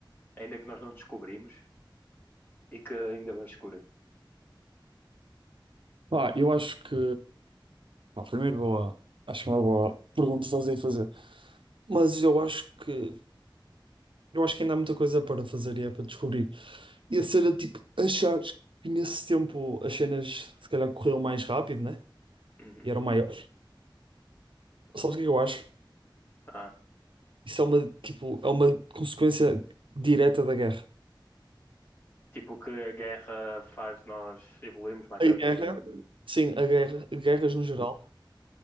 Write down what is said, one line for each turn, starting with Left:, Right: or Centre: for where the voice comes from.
Left: ainda que nós não descobrimos e que ainda vamos descobrir.
Right: Pá, eu acho que. Pá, primeiro, boa. Acho que é uma boa pergunta fazer e fazer. Mas eu acho que. Eu acho que ainda há muita coisa para fazer e é para descobrir. E a cena, tipo, achares que nesse tempo as cenas se calhar corriam mais rápido, né?
Left: Uhum.
Right: E eram maiores. Sabes o que é que eu acho?
Left: Ah,
Right: Isso é uma, tipo, é uma consequência direta da guerra.
Left: tipo que a guerra faz nós evoluirmos mais
Right: A
Left: rápido.
Right: guerra, sim, a guerra,
Left: Uhum.
Right: guerras no geral.